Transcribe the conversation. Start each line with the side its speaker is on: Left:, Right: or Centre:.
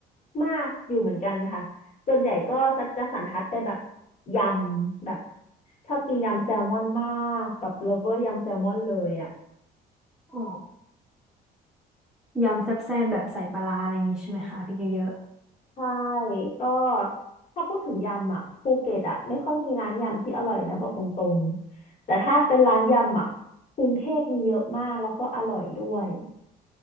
Left: มากอยู่เหมือนกันค่ะส่วนใหญ่ก็จะสันทัดไปแบบยำแบบชอบกินยำแซลมอนมากแบบเลิฟเวอร์ยำแซลมอนเลยอ่ะ
Centre: อ๋อยำแซ่บๆแบบใส่ปลาร้าอะไรอย่างงี้ใช่ไหมคะพริกเยอะ
Left: ใช่ก็ถ้าพูดถึงยำอ่ะภูเก็ตอ่ะไม่ค่อยมีร้านยำที่อร่อยนะบอกตรงๆแต่ถ้าเป็นร้านยำอ่ะกรุงเทพมีเยอะมากแล้วก็อร่อยด้วย